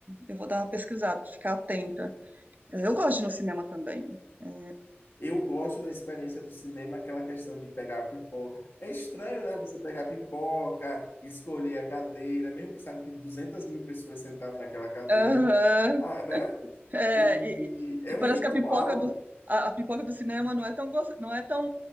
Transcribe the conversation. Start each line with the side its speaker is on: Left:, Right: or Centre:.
Right: eu vou dar uma pesquisada, ficar atenta. É, Eu gosto de ir no cinema também. É,
Left: Eu gosto da experiência do cinema, aquela questão de pegar a pipoca. É estranho, né? Você pegar a pipoca, escolher a cadeira, mesmo que sabe que duzentas mil pessoas sentaram naquela cadeira,
Right: Aham.
Left: ah, né?
Right: É,
Left: E
Right: e, e-
Left: é
Right: e parece
Left: um ritual.
Right: que a pipoca do, a, a pipoca do cinema não é tão, gos- não é tão.